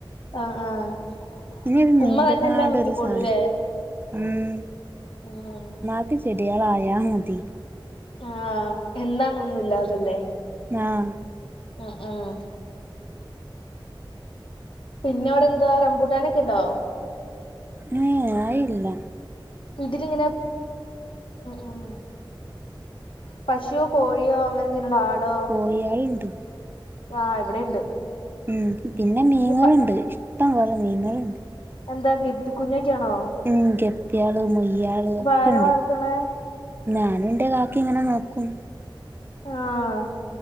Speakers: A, on the left (about 85°); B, on the right (about 25°).
A: ആഹ് ആഹ്
B: ഇഞ്ഞരു നീണ്ട്
A: ഉമ്മ തന്നെ
B: കാണ്ട്
A: എല്ലാം നോക്കിക്കോളൂല്ലേ
B: ഒരു സാനം ഉം
A: ഉം
B: ഇമ്മാക്ക് ചെടിയളായാ മതി
A: ആഹ് എന്നന്താന്നൊന്നുമല്ലാതല്ലേ
B: ആഹ്
A: ആഹ് ആഹ് പിന്നെ അവിടെ എന്താ റബൂട്ടാനൊക്കെ ഇണ്ടോ
B: ഏയ് അതില്ല
A: ഇതിലിങ്ങനെ ഉം ഉം പശുവോ കോഴിയോ അങ്ങനെ എന്തിനോണ്ടോ ആടോ
B: <unintelligible>
A: ആഹ് ഇവിടെണ്ട്
B: ഉം പിന്നെ മീങ്ങളള്ണ്ട്
A: ഇപ്പ
B: ഇഷ്ടം പോലെ മീങ്ങള്ണ്ട്
A: എന്താ ഗപ്പി കുഞ്ഞൊക്കെയാണോ
B: ഉം ഗപ്യാള് മുല്യാള് ഒക്കെ
A: ആരാ
B: ഉണ്ട്
A: വളർത്തണേ
B: ഞാനും ഇന്റെ കാക്കിം ഇങ്ങനെ നോക്കും
A: ആഹ്